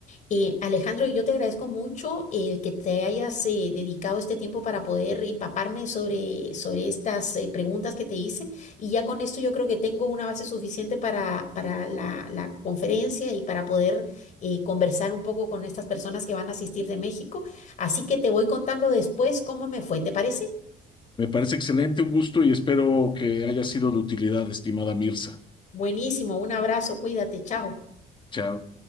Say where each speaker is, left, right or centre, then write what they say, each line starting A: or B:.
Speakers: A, on the left (about 45°); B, on the left (about 30°).
A: Eh, Alejandro, yo te agradezco mucho el que te hayas eh, dedicado este tiempo para poder empaparme sobre, sobre estas eh, preguntas que te hice y ya con esto yo creo que tengo una base suficiente para, para la, la conferencia y para poder eh, conversar un poco con estas personas que van a asistir de México. Así que te voy contando después cómo me fue, ¿te parece?
B: Me parece excelente, un gusto y espero que haya sido de utilidad, estimada Mirza.
A: Buenísimo, un abrazo, cuídate, chao.
B: Chao.